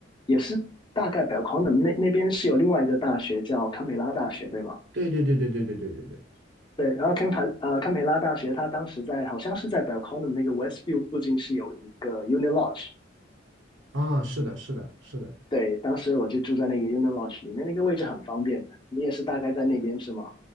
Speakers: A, on the left; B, on the right.
A: 也是大概 b e l c o n u m 那那边是有另外一个大学叫堪培拉大学，对吗？
B: 对对对对对对对对对。
A: 对，然后堪培呃堪培拉大学，它当时在好像是在 b e l c o n u m 那个 Westview 附近是有一个 u n i Lodge，
B: 啊，是的，是的，是的，
A: 对，当时我就住在那个 u n i Lodge 里面，那个位置很方便的。你也是大概在那边是吗？